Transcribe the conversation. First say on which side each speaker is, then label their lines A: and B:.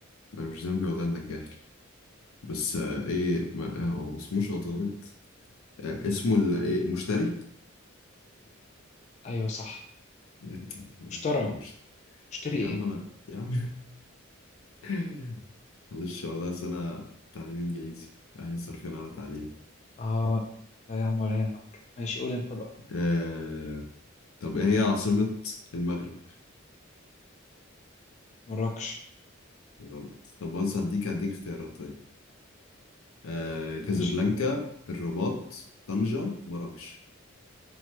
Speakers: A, on the left; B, on the left.
A: انا مش ذنبي والله انك جاهل بس آه ايه ما آه، هو ما اسموش عطارد آه اسمه ال- ايه مشتري
B: ايوه صح
A: <laughs>
B: مشتري
A: آه، مش
B: مشتري
A: يا
B: ايه
A: عم انا يا عم <laughs> معلش والله أصل انا تعليم انجليزي اهي صارفين على تعليمي
B: اه لا يا عم ولا يهمك ماشي قول انت بقى
A: آه طب ايه هي عاصمه المغرب
B: مراكش
A: غلط طب بص هديك هديك اختيارات طيب آه كازابلانكا
B: ماشي
A: الرباط طنجة مراكش